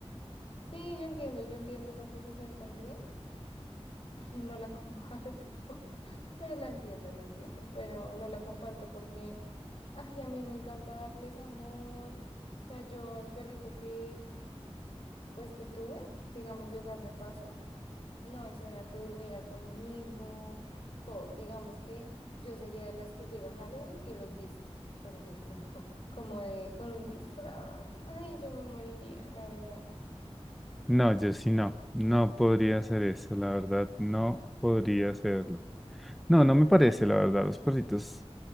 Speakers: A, on the left; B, in the centre.
A: sí, yo entiendo, yo entiendo esa posición también. <laughs> No la comparto, <laughs> pero la entiendo, la entiendo. Pero no la comparto porque, ay, a mí me encanta darles amor. O sea, yo al perrito que, pues, que tuve, digamos, de hogar de paso. No, eso era que durmiera conmigo, todo. Digamos que yo sería de las que llega a Halloween y los viste, por ejemplo, <laughs> como de con un disfraz. Ay, yo me moriría, la verdad.
B: No, yo sí no, no podría hacer eso, la verdad, no podría hacerlo. No, no me parece, la verdad, los perritos.